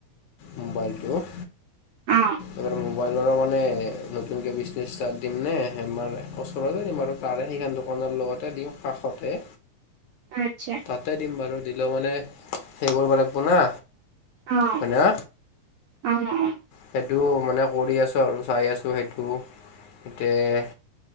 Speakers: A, on the left (about 80°); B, on the right (about 80°).
A: মোবাইলটো।
B: ওম।
A: এইবাৰ মোবাইলৰো মানে নতুনকে বিজনেছ ষ্টাৰ্ট দিম নে, আমাৰ ওচৰতে দিম আৰু। তাৰে সেইখন দোকানৰ লগতে দিওঁ কাষতে।
B: আচ্ছা।
A: তাতে দিম বাৰু, দিলেও মানে হেৰি কৰিব লাগিব না,
B: অ',
A: হয় না।
B: অ, অ।
A: সেইটো মানে কৰি আছোঁ আৰু চাই আছোঁ, সেইটো সেইটোৱে।